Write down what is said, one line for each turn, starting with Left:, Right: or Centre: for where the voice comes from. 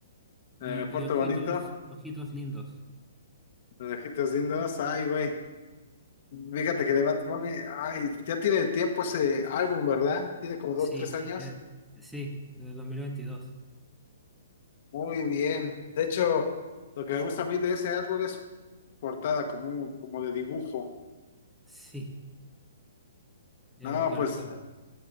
Centre: y,
Left: Eh,
Centre: y
Left: Puerto
Centre: Ojitos,
Left: Bonito,
Centre: Ojitos Lindos.
Left: Los Ojitos Lindos, ay, güey. Fíjate que de Bad Bunny, ay, ya tiene tiempo ese álbum, ¿verdad? Tiene como dos,
Centre: Sí,
Left: tres años.
Centre: <laughs> eh, sí, de 2022.
Left: Muy bien. De hecho, lo que me gusta a mí de ese álbum es su portada como, como de dibujo.
Centre: Sí, es
Left: No,
Centre: un corazón.
Left: pues.